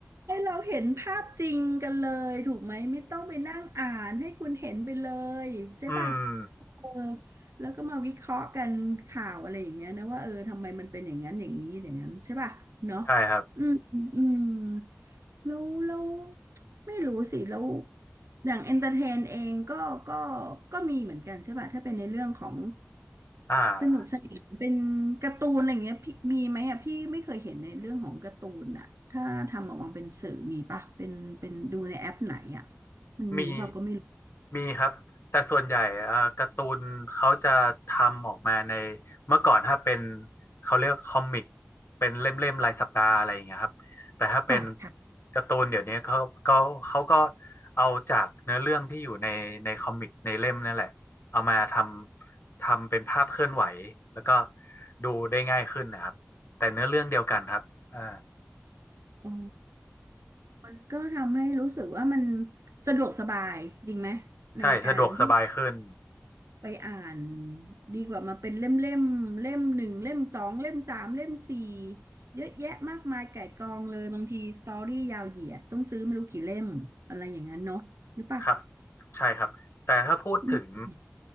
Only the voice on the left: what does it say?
อืม
ใช่ครับ
อ่า
มีมีครับแต่ส่วนใหญ่เอ่อการ์ตูนเขาจะทำออกมาในเมื่อก่อนถ้าเป็นเขาเรียกคอมิกเป็นเล่มๆรายสัปดาห์อะไรอย่างเงี้ยครับแต่ถ้าเป็น
การ์ตูนเดี๋ยวนี้เขาก็เขาก็เอาจากเนื้อเรื่องที่อยู่ในในคอมิกในเล่มนั่นแหละเอามาทำทำเป็นภาพเคลื่อนไหวแล้วก็ดูได้ง่ายขึ้นนะครับแต่เนื้อเรื่องเดียวกันครับอ่า
ใช่สะดวกสบายขึ้น
ครับใช่ครับแต่ถ้าพูดถึง